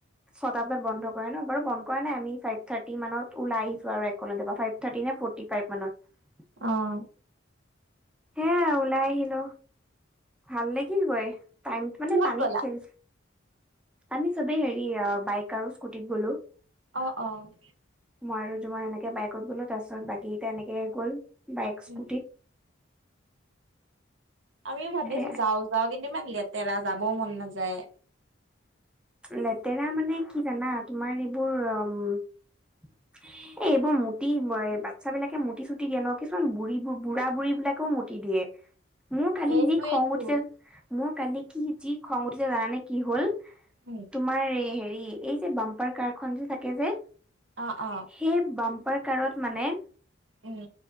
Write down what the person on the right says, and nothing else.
আহ।
কিহত
গ'লা?
অ, অ।
উম, আমিও ভাবি
আছো যাওঁ-যাওঁ, কিন্তু ইমান লেতেৰা যাবও মন নাযায়।
সেইটোৱেটো।
উম,
অ', অ',
উম।